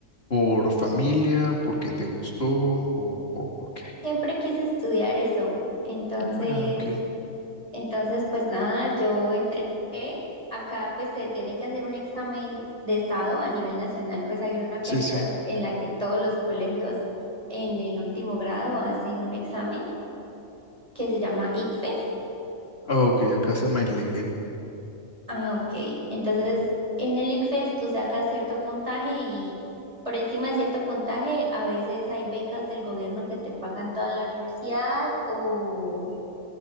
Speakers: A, on the left; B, on the right.
A: por familia, porque te gustó o, o por qué?
B: siempre quise estudiar eso. Entonces,
A: Ah, mira, ok.
B: entonces pues nada, yo entré acá pues se tiene que hacer un examen de estado a nivel nacional, pues hay una fecha
A: Sí, sí.
B: en la que todos los colegios en el último grado hacen un examen que se llama ICFES.
A: Ah, ok, acá se llama ilegal.
B: Ah, ok. Entonces, en el ICFES tú sacas cierto puntaje y por encima de cierto puntaje a veces hay becas del gobierno que te pagan toda la universidad o,